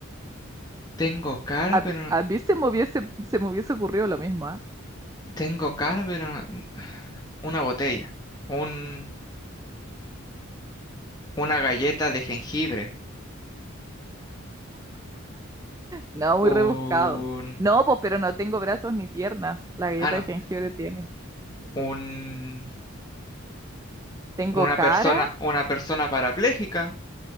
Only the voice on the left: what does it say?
Tengo cara,
pero
no-
tengo cara, pero no- una botella, un una galleta de jengibre,
un
ah no,
un
una
persona, una persona parapléjica.